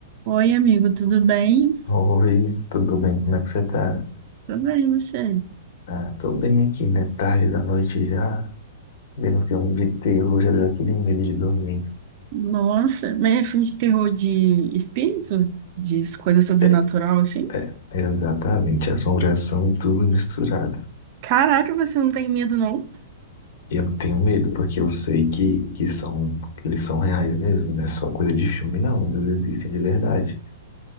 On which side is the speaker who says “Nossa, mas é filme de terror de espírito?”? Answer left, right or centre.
Right